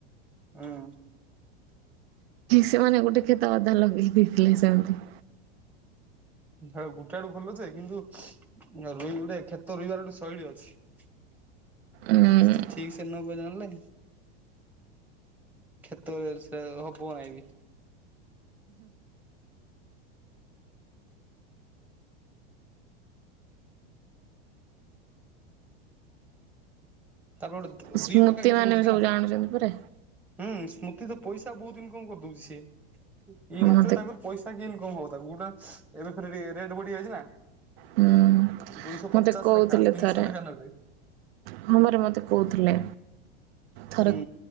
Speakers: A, in the centre; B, on the right (about 65°).
A: ହଁ।
B: ସେମାନେ ଗୋଟେ କ୍ଷେତ ଅଧା ଲଗେଇ ଦେଇଥିଲେ ସେମିତି
A: ହେ ଗୋଟେଡୁ ଭଲଛେ କିନ୍ତୁ ଅ ରୋଇ ଗୋଟେ କ୍ଷେତ ରୋଇବାର ଗୋଟେ ଶୈଳୀ ଅଛି।
B: ଉଁ
A: ଠିକ ସେ ନ କହି ଜାଣିଲେ କ୍ଷେତ <unintelligible> ସେଟା ହବ ନାହିଁ ବି। ତାପରେ ଗୋଟେ
B: ସ୍ମୃତି
A: ଦିଇ ପ୍ରକାର କ୍ଷେତ୍ର
B: ମାନେ
A: ରଉଛନ୍ତି
B: ବି ସବୁ
A: ନା।
B: ଜାଣୁଛନ୍ତି ପରା
A: ହୁଁ ସ୍ମୃତି ତ ପଇସା ବହୁତ ଇନକମ କରିଦଉଛି ସିଏ ଇଏ ମାସରେ
B: ମତେ
A: ତାଙ୍କର ପଇସା କିଇ କଣ ହବ ତାକୁ କୋଉଟା ଏବେ ଫେର ରେ-ରେଟ ବଢିଆ ଯାଇଛି ନା।
B: ହୁଁ
A: ଦୁଇଶହ ପଚାଶ
B: ମତେ କହୁଥିଲେ
A: ଲେଖା ତିନିଶହ
B: ଥରେ
A: ଲେଖା ନେବେ।
B: ହମରେ ମତେ କୋଉଥିଲେ ଥରେ
A: ହୁଁ